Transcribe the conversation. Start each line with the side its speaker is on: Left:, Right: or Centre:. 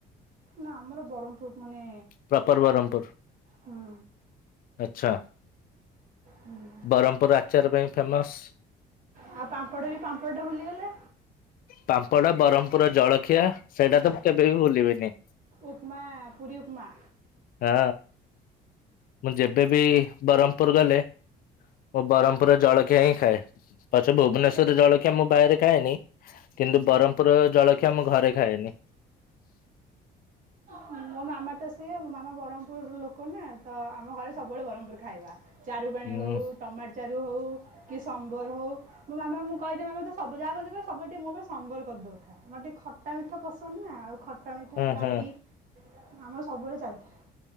Right: ନା ଆମର ବ୍ରହ୍ମପୁର ମାନେ
Left: ପ୍ରପର ବ୍ରହ୍ମପୁର
Right: ହୁଁ।
Left: ଆଚ୍ଛା।
Right: ହୁଁ।
Left: ବ୍ରହ୍ମପୁର ଆଚାର ପାଇଁ ଫେମସ।
Right: ଆଉ ପାମ୍ପଡ଼ ବି ପାମ୍ପଡ଼ଟା ଭୁଲିଗଲେ।
Left: ପାମ୍ପଡା ବ୍ରହ୍ମପୁର ର ଜଳଖିଆ ସେଇଟା ତ ମୁଁ କେବେ ବି ଭୁଲିବିନି।
Right: ଉପମା ପୁରୀ ଉପମା।
Left: ଆ ମୁଁ ଯେବେ ବି ବରହ୍ମ ପୁର ଗଲେ ମୁଁ ବ୍ରହ୍ମପୁରରେ ଜଳକିଆ ହିଁ ଖାଏ। ପଛେ ଭୁବନେଶ୍ୱରରେ
Right: ସେ
Left: ଜଳଖିଆ ମୁଁ ବାଏରେ ଖାଏନି କିନ୍ତୁ ବ୍ରହ୍ମପୁର ର ଜଳଖିଆ ଆମ ଘରେ ଖାଏନି।
Right: ମୋ ମାମା ତ ସିଏ ମୋ ମାମା ବ୍ରହ୍ମପୁର ଲୋକ ନା ତ ଆମ ଘରେ ସବୁବେଳେ ବ୍ରହ୍ମପୁର ଖାଇବା। ଚାରୁ ପାଣି
Left: ହୁଁ
Right: ହଉ ଟମାଟ ଚାରୁ ହଉ। କି ସମ୍ବର ହଉ ମୋ ମାମା ମୁଁ କହିଦେବି ମାମା ତୁ ସବୁ ଯାକ କରୁଚୁ ସବୁବେଳେ ଟିକେ ମୋ ପାଇଁ ସମ୍ବର କରିଦଉଥାଏ। ମୋର ଟିକେ ଖଟା ମିଠା ପସନ୍ଦ ନା ଆଉ ଖଟା ମିଠା
Left: ହଁ
Right: ଡାଲି
Left: ହଁ।
Right: ଆମର ସବୁବେଳେ ଚାଲିଥାଏ।